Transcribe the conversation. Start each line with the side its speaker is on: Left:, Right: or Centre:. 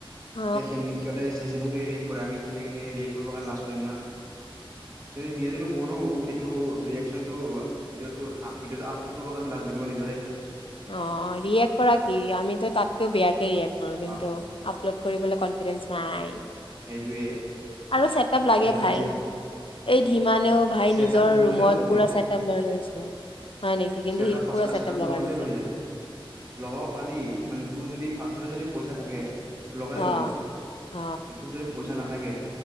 Left: অ
Right: এইখিনি তে হৈছে <unintelligible> যেনেকে ৰিয়েক্ট কৰে আমি সেনেকে ৰিয়েক্ট কৰিব কাৰণে লাজ কৰিম না । যদি নিজে যদি কৰো সেইটো ৰিয়েক্টচনটো ভিডিঅ' ভিডিঅটো আপলোড কৰিবৰ কাৰণে লাজ লাগিব ন নিজৰে ।
Left: অ ৰিয়েক্ট কৰা কি আমিতো তাতকেও বেয়াকৈ ৰিয়েক্ট কৰো
Right: অ
Left: কিন্তু আপলোড কৰিবলৈ কনফিডেনচ নাই।
Right: সেইটোয়ে
Left: আৰু চেটআপ লাগে
Right: তাই সিহঁতৰ
Left: ভাই,
Right: নিচিনা
Left: এই ধিমানেও ভাই
Right: ছেটআপ
Left: নিজৰ
Right: নহ'লেও
Left: ৰুমত
Right: হৈ যায়
Left: পুৰা চেটআপ লই লৈছে হয় নেকি কিন্তু
Right: ছেটআপ
Left: সি
Right: ফাৰ্ষ্টতে
Left: পুৰা চেটআপ
Right: ছেটআপ নহ'লেও
Left: লগাই লৈছে
Right: হৈ
Left: ।
Right: যায় লগাব পাৰি মানে তোৰ যদি ফাৰ্ষ্টটে যদি পইচা থাকে লগাই
Left: অ
Right: ললি
Left: অ
Right: তোৰ যদি পইচা পইচা নাথাকে